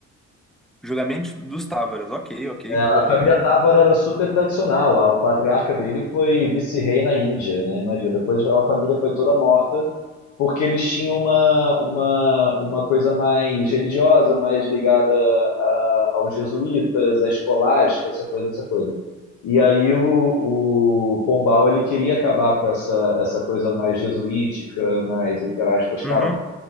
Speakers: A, in the centre; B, on the left (about 75°).
A: Julgamento dos Távaras. Ok, ok,
B: É,
A: vou.
B: a família
A: vou-
B: Távora era super tradicional. lá. O patriarca dele foi vice-rei na Índia, né? Imagina. Depois a família foi toda morta porque eles tinham uma, uma, uma coisa mais religiosa, mais ligada a- aos jesuítas, à escolástica, essa coisa, essa coisa. E aí o, o Pombal ele queria acabar com essa, essa coisa mais jesuítica, mais, entre aspas, carola,
A: Uhum.